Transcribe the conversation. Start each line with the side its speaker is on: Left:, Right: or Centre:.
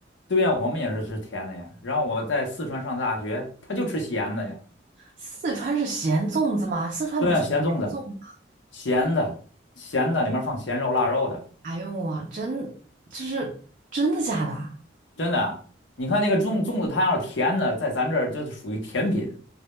Left: 对呀，我们也是吃甜的呀。然后我在四川上大学，他就吃咸的呀。
Right: 四川是咸粽子吗？四川不是甜粽吗？
Left: 对呀，咸粽子，咸的咸的里面放咸肉腊肉的。
Right: 哎呦我真就是真的假的啊？
Left: 真的啊，你看那个粽粽子，它要是甜的，在咱这儿就是属于甜品，